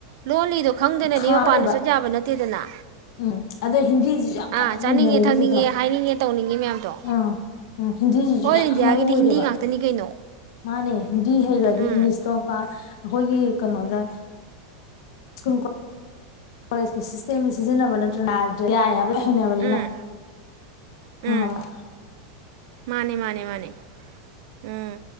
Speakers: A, on the right; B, on the left.
A: ꯂꯣ ꯂꯤꯗꯣ ꯈꯪꯗꯅꯗꯤ
B: ꯊꯥꯔ
A: ꯃꯄꯥꯟꯗ
B: ꯂꯩꯕ
A: ꯆꯠ ꯌꯥꯕ ꯅꯠꯇꯦꯗꯅ
B: ꯎꯝ ꯑꯗ ꯍꯤꯟꯗꯤꯁꯤꯁꯨ ꯌꯥꯝ
A: ꯑꯥ
B: ꯀꯃꯟ
A: ꯆꯥꯅꯤꯡꯉꯦ
B: ꯑꯣꯏꯅꯔꯦꯕ
A: ꯊꯛꯅꯤꯡꯉꯦ
B: ꯆꯦꯗꯣ
A: ꯍꯥꯏꯅꯤꯡꯉꯦ ꯇꯧꯅꯤꯡꯉꯦ ꯃꯌꯥꯝꯗꯣ
B: ꯑꯥ ꯎꯝ ꯍꯤꯟꯗꯤꯁꯤꯁꯨ
A: ꯑꯣꯜ
B: ꯌꯥꯝ
A: ꯏꯟꯗꯤꯌꯥꯒꯤꯗꯤ
B: ꯃꯔꯨ ꯑꯣꯏꯔꯦꯕ
A: ꯍꯤꯟꯗꯤ ꯉꯥꯛꯇꯅꯤ ꯀꯩꯅꯣ
B: ꯃꯥꯅꯦ ꯍꯤꯟꯗꯤ ꯍꯩꯈ꯭ꯔꯗꯤ
A: ꯎꯝ
B: ꯏꯪꯂꯤꯁꯇꯣ ꯑꯩꯈꯣꯏꯒꯤ ꯀꯩꯅꯣꯗ ꯁꯨ ꯀꯣꯂꯦꯖꯀꯤ ꯁꯤꯁꯇꯦꯝꯁ ꯁꯤꯖꯤꯟꯅꯕ ꯅꯠꯇ꯭ꯔ ꯅꯥ꯭ꯔ ꯌꯥꯏ ꯍꯥꯏꯕ ꯊꯅꯕꯅꯤꯅ
A: ꯎꯝ ꯎꯝ
B: ꯍ ꯂ
A: ꯃꯥꯅꯦ ꯃꯥꯅꯦ ꯃꯥꯅꯦ ꯎꯝ